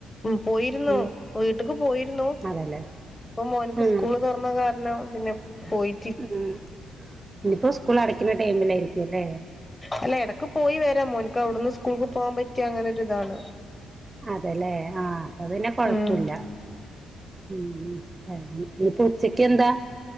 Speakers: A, on the left; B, on the right.
A: പോയിരുന്നു.
B: ഉം
A: വീട്ടിക്ക് പോയിരുന്നു.
B: അതല്ലേ
A: ഇപ്പൊ മോൻക്ക്
B: ഉം
A: സ്കൂള് തൊറന്ന കാരണം പിന്നെ പോയി.
B: ആഹ്, ഇനിയിപ്പോ സ്ക്കൂള് അടയ്ക്ക്ണ ടൈമിലായിരിക്കു അല്ലേ?
A: അല്ല എടക്ക് പോയി വെരാ മോൻക്ക് അവ്ട്ന്ന് സ്കൂൾക്ക് പോവാൻ പറ്റിയ അങ്ങനെ ഒരു ഇതാണ്.
B: അതെല്ലേ ആഹ് അപ്പ പിന്നെ കൊഴപ്പു
A: ഉം
B: ല്ല. ഉം ഉം <unintelligible> ഇനിപ്പ ഉച്ചക്ക്യെന്താ?